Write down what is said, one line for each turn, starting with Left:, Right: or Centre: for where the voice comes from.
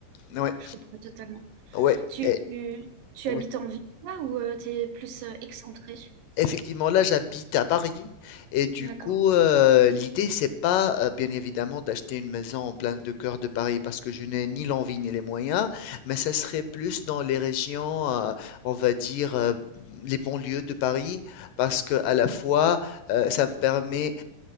Left: Ouais,
Right: Je comprends totalement.
Left: ouais,
Right: Tu,
Left: et-
Right: tu, tu
Left: oui.
Right: habites en ville là ou euh, t'es tu es plus euh, excentré?
Left: Effectivement, là, j'habite à Paris et du
Right: D'accord.
Left: coup, euh, l'idée, c'est pas euh, bien évidemment d'acheter une maison en plein de cœur de Paris parce que je n'ai ni l'envie ni les moyens, mais ça serait plus dans les régions, euh, on va dire, euh, les banlieues de Paris parce que à la fois, euh, ça me permet